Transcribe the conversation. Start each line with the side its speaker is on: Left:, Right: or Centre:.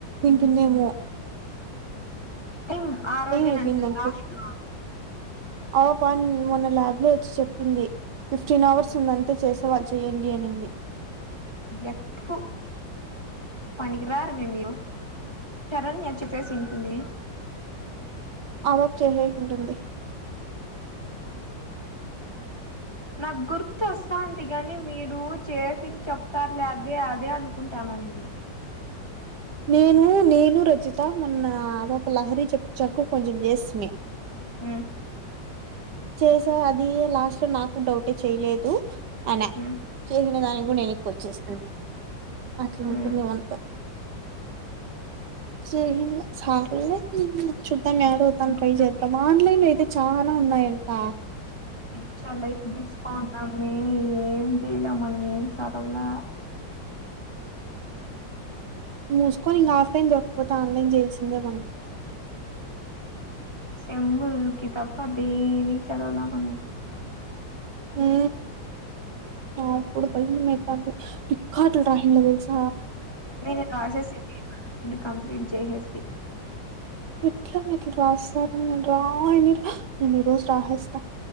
Right: తున్నేమో
Left: టిం ఆ రోజేనంటునా
Right: అయిపోయిందనికి
Left: లాస్ట్
Right: ఆ పాప మొన్న ల్యాబ్లో వచ్చి చెప్పింది, ఫిఫ్టీన్ అవర్స్ ఉందంతే చేసేవాళ్ళు చేయండి అనింది.
Left: ఎక్ తు పనికిరారు మే మీరు శరణ్య వచ్చి చేసిన్ ఏంది
Right: ఆ పాప చేసేసుంటుంది
Left: నాకు గుర్తు వస్తాంది కాని మీరు చేసింది చెప్తారు లే అదే అదే అనుకుంటాన్నా నేను
Right: నేను నేను రచిత మొన్న ఆ పాప లహరి చెప్ చరుకు కొంచెం చేస్తివమి
Left: ఉ
Right: చేసారు అది లాస్ట్ లో నాకు డౌటే చేయలేదు అనా
Left: మ్మ్
Right: చేసినదాన్ని కూడా ఎని వచ్చేస్తు అట్లుంటుంది
Left: మ్మ్
Right: వానితో <unintelligible> తన్ని అడుగుతాను
Left: మ్మ్
Right: ట్రై చేద్దామా ఆన్లన్ లో అయితే చానా ఉన్నాయి ఆ
Left: పిచ్చ లైట్ తీసుకున్నా మే ఏం చేయలేం మనం ఏం సదవలా
Right: మూసుకొని ఇంక ఆఫ్లన్ దొరకపోతే ఆన్లన్ చేయల్సిందే మనం
Left: సెమ్ముల్కి తప్పదేమి చదవలా మనము
Right: ఊ అప్పుడు భయమేతాంది కాదు దహినా తెల్స
Left: రే ఇది పస్సెస్ <inaudible> అంటే కంప్లీట్ చేసేస్తి
Right: ఎట్ల మే ఇట్ల రాస్తారు నేను రాయనిరు నేను ఈరోజు రాసేస్తా